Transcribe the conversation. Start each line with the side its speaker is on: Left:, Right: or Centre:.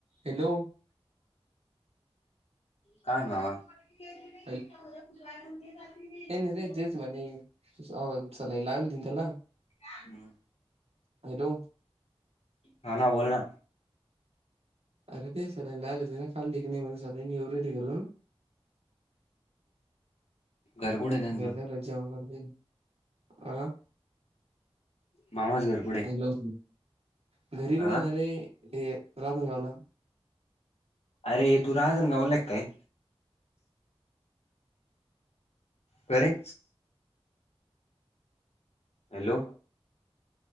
Right: Hello
Left: काय नावा. <unintelligible>
Right: काही नाही रे तेच म्हणे सलाईन लावील होती त्याला.
Left: हम्
Right: हॅलो
Left: नाना बोलना.
Right: <unintelligible> <inaudible>
Left: घर कुठे त्यांचं मामाजगर
Right: हॅलो घरी घेऊन
Left: हा
Right: येणार आहे ते रांजण गावला?
Left: अरे तू राजन गावलक काय. करे. Hello